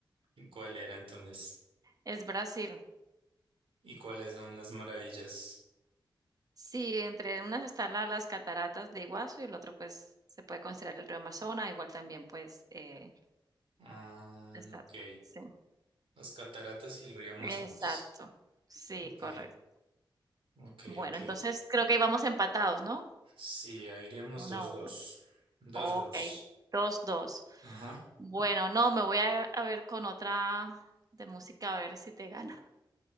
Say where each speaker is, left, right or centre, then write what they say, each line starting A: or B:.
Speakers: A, on the right; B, on the right.
A: ¿Y ¿Cuál era entonces?
B: es Brasil.
A: ¿Y cuáles son las maravillas?
B: Sí, entre unas están la las cataratas de Iguazú y el otro, pues, se puede considerar el río Amazonas, igual también, pues, eh,
A: Ah,
B: está
A: ok.
B: sí,
A: Las cataratas y el río Amazonas.
B: exacto. Sí,
A: Ok,
B: correcto.
A: ok,
B: Bueno,
A: ok.
B: entonces creo que íbamos empatados, ¿no?
A: Sí, ahí iríamos
B: Uno
A: dos
B: a
A: dos,
B: 1.
A: dos
B: Okey,
A: dos.
B: 2. 2.
A: Ajá.
B: Bueno, no, me voy a a ver con otra de música a ver si te gano. <laughs>